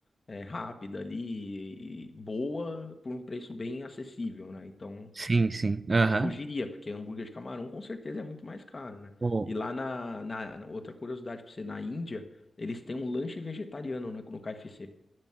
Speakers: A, on the left; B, on the right.
A: é, rápida ali, e boa, por um preço bem acessível, né? Então
B: Sim, sim. Aham.
A: eu já fugiria, porque hambúrguer de camarão com certeza é muito mais caro, né?
B: Pô,
A: E lá na, na na- outra curiosidade pra você, na Índia, eles têm um lanche vegetariano no, no KFC.